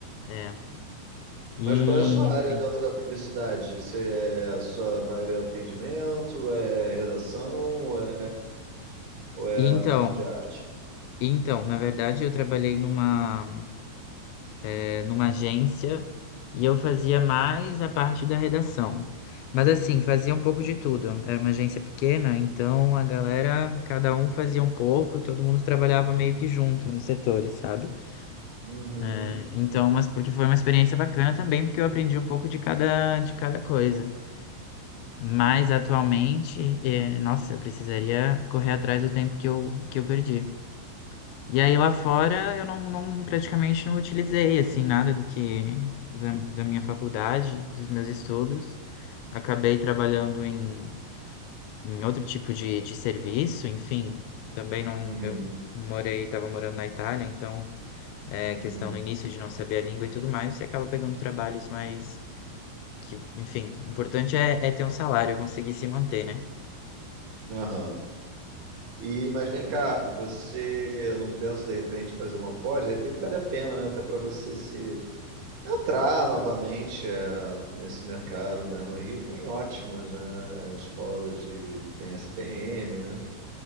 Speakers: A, on the left; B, on the right.
A: É. E,
B: Mas qual é a sua área
A: enfim.
B: dentro da publicidade? Você é, a sua vibe é atendimento, é redação, ou é, ou é
A: E então,
B: a parte de arte?
A: e então, na verdade, eu trabalhei numa, eh, numa agência e eu fazia mais a parte da redação. Mas, assim, fazia um pouco de tudo. Era uma agência pequena, então a galera, cada um fazia um pouco e todo mundo trabalhava meio que junto nos setores, sabe?
B: Uhum,
A: É, então, mas porque foi uma experiência bacana também, porque eu aprendi um pouco de cada, de cada coisa. Mas atualmente, é, nossa, eu precisaria correr atrás do tempo que eu, que eu perdi. E aí lá fora eu não, não- praticamente não utilizei assim nada do que da, da minha faculdade, dos meus estudos. Acabei trabalhando em, em outro tipo de, de serviço, enfim, também não,
B: uhum,
A: eu morei, estava morando na Itália, então é,
B: uhum.
A: questão no início de não saber a língua e tudo mais, você acaba pegando trabalhos mais que, enfim, o importante é, é ter um salário, conseguir se manter, né?
B: Aham. E, mas vem cá, você, eu não penso de repente fazer uma pós, de repente vale a pena, né? Até para você se entrar novamente eh, nesse mercado, né? No Rio tem ótimas, né? eh, Escolas de tem SPM, né?